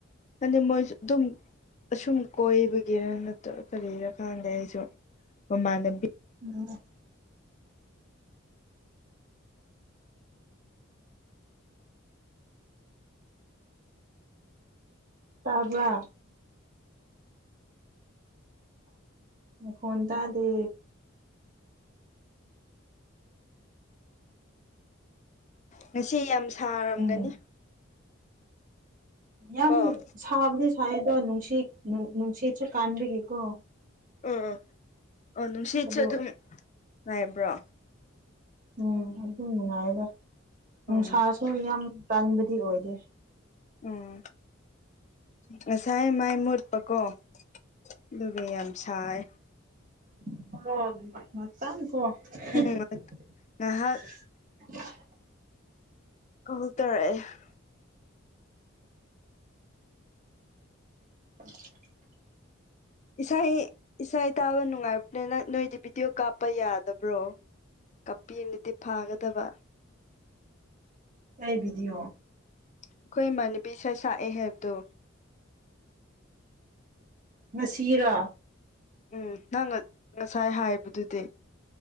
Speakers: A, on the left; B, on the right.
A: ꯑꯗꯨ ꯃꯣꯏꯁꯨ ꯑꯗꯨꯝ ꯑꯁꯨꯝ ꯀꯣꯏꯕꯒꯤꯔ ꯅꯠꯇ꯭ꯔꯒ ꯀꯔꯤꯔ ꯈꯪꯗꯦ ꯑꯩꯁꯨ ꯃꯃꯥꯟꯅꯕꯤ
B: ꯎꯝ ꯇꯥꯕ꯭ꯔ ꯃꯈꯣꯟ ꯇꯥꯗꯦ
A: ꯉꯁꯤ ꯌꯥꯝ ꯁꯥꯔꯝꯒꯅꯤ
B: ꯎꯝ ꯌꯥꯝ
A: ꯀꯣ
B: ꯁꯥꯕꯗꯤ ꯁꯥꯏ ꯑꯗꯣ ꯅꯨꯡꯁꯤꯠ ꯅꯨꯡꯁꯤꯠꯁꯨ ꯀꯥꯟꯕꯒꯤꯀꯣ
A: ꯎꯝ ꯑꯣ ꯅꯨꯡꯁꯤꯠꯁꯨ
B: ꯑꯗꯣ
A: ꯑꯗꯨꯝ ꯉꯥꯏꯕ꯭ꯔꯣ
B: ꯎꯝ ꯑꯗꯨꯅꯨꯡꯉꯥꯏꯗ ꯅꯨꯡꯁꯥꯁꯨ
A: ꯎꯝ
B: ꯌꯥꯝ ꯀꯟꯕꯗꯤ ꯑꯣꯏꯗꯦ
A: ꯎꯝ ꯉꯁꯥꯏ ꯃꯥꯏ ꯃꯨꯠꯄꯀꯣ ꯑꯗꯨꯒ ꯌꯥꯝ ꯁꯥꯏ
B: <unintelligible> ꯑꯣ
A: ꯎꯝ
B: <unintelligible>
A: ꯉꯥꯏꯍꯥꯛ ꯀꯜ ꯇꯧꯔꯦ <unintelligible>
B: <unintelligible>
A: ꯏꯁꯩ ꯏꯁꯩ ꯇꯥꯕ ꯅꯨꯡꯉꯥꯏꯕꯅꯦ ꯅꯣꯏꯗꯤ ꯚꯤꯗꯤꯑꯣ ꯀꯥꯞꯄ ꯌꯥꯗꯕ꯭ꯔꯣ ꯀꯞꯄꯤꯅꯗꯤ ꯐꯥꯒꯗꯕ
B: ꯀꯩ ꯚꯤꯗꯤꯌꯣ
A: ꯑꯩꯈꯣꯏ ꯃꯥꯟꯅꯕꯤ ꯢꯁꯩꯁꯥꯛꯑꯦ ꯍꯥꯏꯕꯗꯣ
B: ꯉꯁꯤꯔꯥ
A: ꯎꯝ ꯅꯪꯒ ꯉꯁꯥꯏ ꯍꯥꯏꯕꯗꯨꯗꯤ